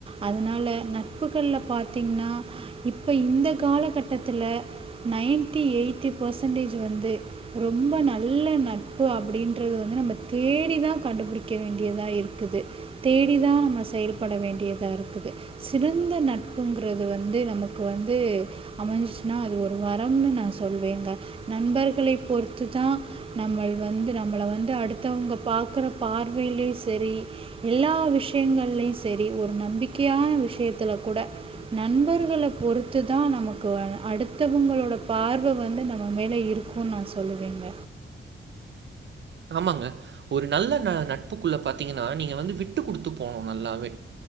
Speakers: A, on the right; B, on the right.
A: அதனால நட்புகள்ல பாத்தீங்ன்னா இப்போ இந்த காலகட் டத்துல நைன்டி எயிட்டி பர்சன்டேஜ் வந்து ரொம்ப நல்ல நட்பு அப்படின்றது வந்து நம்ம தேடிதா கண்டுபிடிக்க வேண்டியதா இருக்குது தேடிதா நம்ம செயல்பட வேண்டியதா இருக்குது சிறந்த நட்புங்கிறது வந்து நமக்கு வந்து அமஞ்சிச்சுனா அது ஒரு வரம்னு நா சொல்வேங்க நண்பர்களை பொறுத்துதா நம்மள் வந்து நம்மள வந்து அடுத்தவங்க பாக்குற பார்வையிலயு சரி எல்லா விஷயங்கள்லயு சரி ஒரு நம்பிக்கையான விஷயத்தில கூட நண்பர்கள பொறுத்துதா நமக் கு அடுத்தவங்களோட பார்வ வந்து நம்ம மேல இருக்குன்னு நா சொல்லுவேங்க.
B: ஆமாங்க ஒரு நல்ல ந நட்புக்குள்ள பாத்தீங்கன்னா நீங்க வந்து விட்டு குடுத்து போணு நல்லாவே